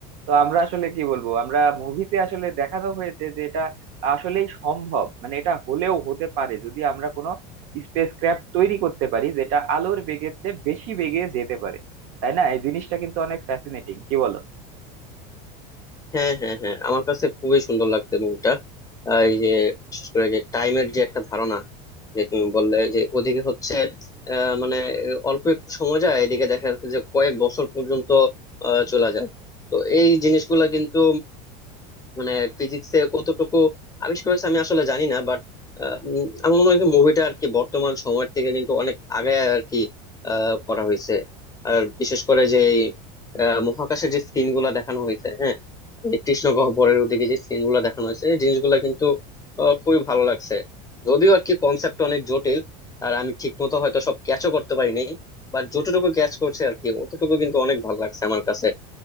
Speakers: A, on the right; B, on the left.
A: তো আমরা আসলে কি বলবো আমরা মুভিতে আসলে দেখানো হয়েছে যে এটা আসলেই সম্ভব মানে এটা হলেও হতে পারে যদি আমরা কোনো স্পেসক্রাফট তৈরি করতে পারি যেটা আলোর বেগের চেয়ে বেশি বেগে যেতে পারে তাই না এই জিনিসটা কিন্তু অনেক ফ্যাসিনেটিং কি বলো
B: হ্যাঁ হ্যাঁ হ্যাঁ আমার কাছে খুবই সুন্দর লাগছে মুভিটা এই যে বিশেষ করে যে টাইমের যে একটা ধারণা যে তুমি বললে যে ওদিকে হচ্ছে আহ, মানে অল্প একটু সময় যায় এদিকে দেখা যাচ্ছে যে কয়েক বছর পর্যন্ত আহ, চলে যায় তো এই জিনিসগুলা কিন্তু মানে ফিজিক্সে কতটুকু আবিষ্কার হয়েছে আমি আসলে জানি না বাট আমার মনে হয় মুভিটা আর কি বর্তমান সময়ের থেকে কিন্তু অনেক আগে আর কি আহ, করা হয়েছে আর বিশেষ করে যে এই, আহ, মহাকাশের যে সিন গুলা দেখানো হয়েছে হ্যাঁ এই কৃষ্ণ গহ্বরের ওদিকে যে সিন গুলা দেখানো হয়েছে এই জিনিসগুলা কিন্তু আহ, খুবই ভালো লাগছে যদিও আর কি কনসেপ্ট অনেক জটিল আর আমি ঠিক মতো হয়তো সব ক্যাচও করতে পারি নাই বাট যতটুকু ক্যাচ করছে আর কি অতটুকু কিন্তু অনেক ভালো লাগছে আমার কাছে